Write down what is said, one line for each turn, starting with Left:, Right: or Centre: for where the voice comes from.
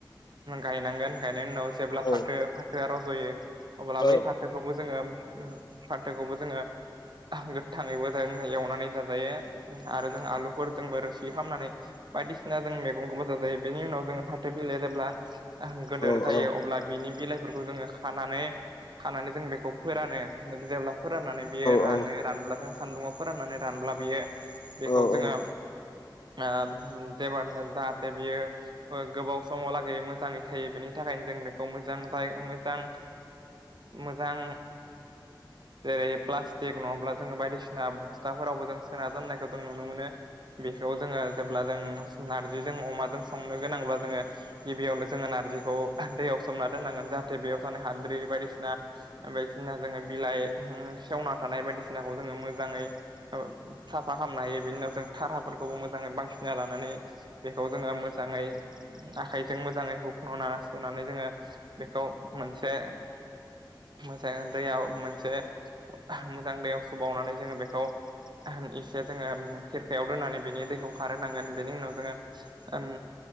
Right: गायनांगोन गायनायनि उनाव जेब्ला
Left: औ
Right: फाथो फा जोंहा रज'यो अब्लाबो
Left: औ
Right: बै फाथ थोखौबो जोङो फान्थोखौबो जोङो गोथाङैबो एवनानै माने जाजायो आरो जों आलुफोर जोंबो रोसि खालामनानै बायदिसिना जों मैगंखौबोोजां जायो बेनि उनाव जोङो फाथो बिलाइ जेब्ला गोदोर
Left: औ
Right: जायो
Left: औ
Right: अब्ला बिनि बिलाइफोरखौ जोङो खानानै खानानै जों बेखौ फोरानो जेब्ला फोराननानै बियो रानो
Left: औ
Right: रानब्ला जों सान्दुङाव फोराननानै रानब्ला बियो बेखौ
Left: औ
Right: जोङो
Left: औ
Right: ओ जे जाहाथे बियो गोबाव समाव लागै मोजाङै थायो बेनि थाखायनो जों बेखौ मोजां मोजां मोजां जेरै प्लास्टिक नङाब्ला जोङो बायदिसिना बस्थाफोरावबो जों सोना दोननायखौ जों नुनो मोनो बेखौ जोङो जेब्ला जों नारजिजों अमाजों संनो गोनांब्ला जोङो गिबियावनो जोङो नारजिखौ दैयाव सोमना दोननांगोन जाहाथे बेयाव जानाय हाद्रि बायदिसिना बायदिसिना जोङो बिलाइ ओ सेवना थानाय बायदिसिनाखौ जोङो मोजाङै साफ फा खालामनो हायो बेनिनाव जों धाराफोरखौबो मोजाङै बायसिना लानानै बेखौ जोङो मोजाङै आखायजों मोजाङै हुख्लावा सुनानै जोङो बेखौ मोनसे मोजां दैयाव मोनसे मोजां दैयाव सुबावनानै जोङो बेखौ इसे जोङो खिरखायाव दोननानै बिनि दैखौ खारहोनांगोन बेनि उनाव जोङो